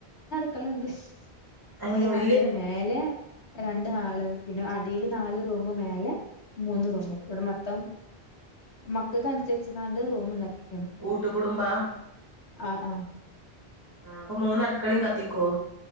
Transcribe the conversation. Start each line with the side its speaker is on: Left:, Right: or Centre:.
Left: ക്കളണ്ട്സ്
Right: ഏഹ്
Left: ഒരു ഹാള്
Right: വല്യ
Left: മേലെ രണ്ട് ഹാള് പിന്നെ അടിയില് നാല് റൂമു മേലെ മൂന്നൂറൂം ഇവിടെ മൊത്തം മക്കക്കൻസരിച്ച്ങ്ങാണ്ട് റൂമുണ്ടാക്കി
Right: കൂട്ടു കുടുംബാ
Left: ആ ആ
Right: ആ അപ്പൊ മൂന്നടുക്കളേം കത്തിക്കോ